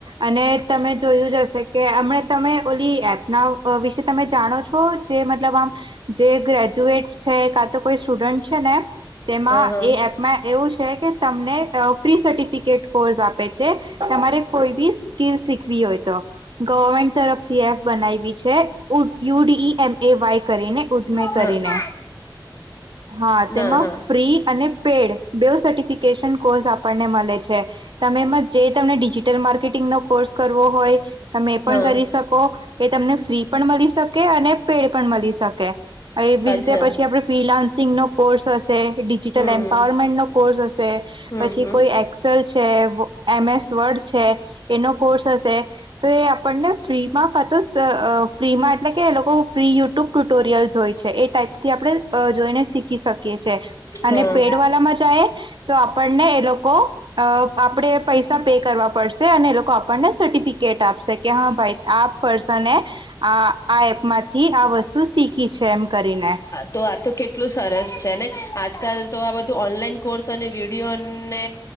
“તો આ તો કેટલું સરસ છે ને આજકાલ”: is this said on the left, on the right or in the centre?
Left